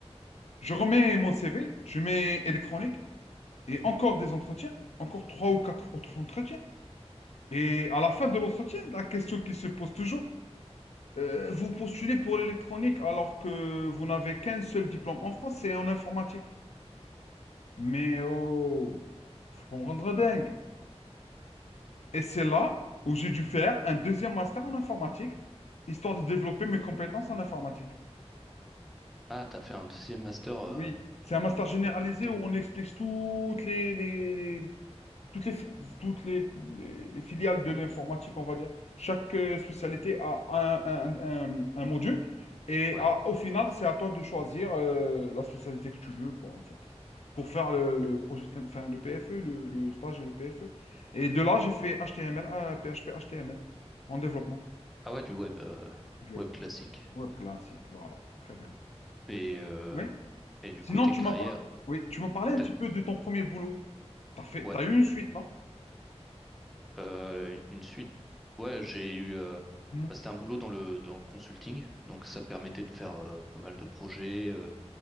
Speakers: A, on the left (about 70°); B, in the centre.
A: Je remets mon CV, je mets électronique, et encore des entretiens, encore trois ou quatre autres entretiens. Et à la fin de l'entretien, la question qui se pose toujours, euh, vous postulez pour l'électronique alors que vous n'avez qu'un seul diplôme en France, c'est en informatique. Mais oh, faut pas me rendre dingue. Et c'est là où j'ai dû faire un deuxième master en informatique, histoire de développer mes compétences en informatique.
B: ah, t'as fait un deuxième master euh,
A: Oui, C'est un master généralisé
B: pour compléter.
A: où on explique toutes les, les, les- toutes les, fi- toutes les, les- les filiales de l'informatique, on va dire, chaque euh, spécialité a un, un- un- un module. Et
B: Ouais.
A: à- au final, c'est à toi de choisir euh, la spécialité que tu veux, quoi, en fait, pour faire le, le projet, de fin, enfin, le PFE, le, le stage et le PFE. Et de là, j'ai fait HTML, euh, PHP, HTML en développement
B: Ah ouais, du web, euh,
A: du web.
B: web classique.
A: Web classique, voilà, très bien.
B: Et, euh,
A: Oui.
B: et du
A: Sinon,
B: coup, tes
A: tu
B: carrières,
A: m'as parlé, oui, tu m'as parlé un
B: t'as-
A: petit peu de ton premier boulot. T'as fait,
B: ouais,
A: t'as eu une suite, non?
B: Euh, une suite. Ouais, j'ai eu, euh,
A: Mhm.
B: bah, c'était un boulot dans le dans le consulting, donc ça permettait de faire euh, pas mal de projets. euh,